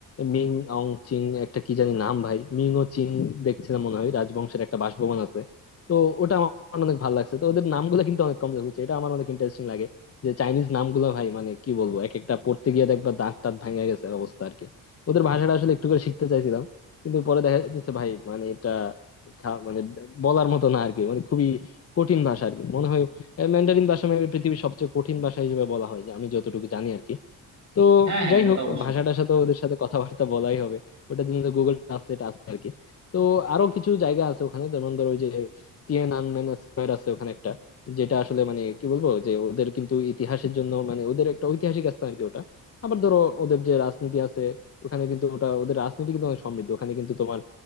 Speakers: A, on the left; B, on the right.
A: মিং অং চিং একটা কি জানি নাম ভাই মিং ও চিং দেখছিলাম মনে হয় রাজবংশের একটা বাসভবন আছে তো ওটা আমার অনেক ভালো লাগছে তো ওদের নামগুলো কিন্তু অনেক কম বুঝছে এটা আমার অনেক ইন্টারেস্টিং লাগে যে চাইনিজ নামগুলো ভাই মানে কি বলবো এক একটা পড়তে গিয়ে দেখবা দাঁত টাত ভাঙে গেছে অবস্থা আর কি ওদের ভাষাটা আসলে একটু করে শিখতে চাইছিলাম কিন্তু পরে দেখা যাচ্ছে ভাই মানে এটা খা- মানে বলার মতো না আর কি মানে খুবই কঠিন ভাষা আর কি মনে হয় ম্যান্ডারিন ভাষা মেবি পৃথিবীর সবচেয়ে কঠিন ভাষা হিসেবে বলা হয় যে আমি যতটুকু জানি আর কি তো
B: হ্যাঁ হ্যাঁ
A: যাই
B: এটা
A: হোক
B: তো অবশ্যই
A: ভাষাটার সাথে ওদের সাথে কথাবার্তা বলাই হবে ওটার জন্য তো গুগল ট্রান্সলেট আছে আর কি তো আরো কিছু জায়গা আছে ওখানে যেমন ধরো ওই যে টিএন আনমেন স্কয়ার আছে ওখানে একটা যেটা আসলে মানে কি বলবো যে ওদের কিন্তু ইতিহাসের জন্য মানে ওদের একটা ঐতিহাসিক স্থান আর কি ওটা আবার ধরো ওদের যে রাজনীতি আছে ওখানে কিন্তু ওটা ওদের রাজনীতি কিন্তু অনেক সমৃদ্ধ ওখানে কিন্তু তোমার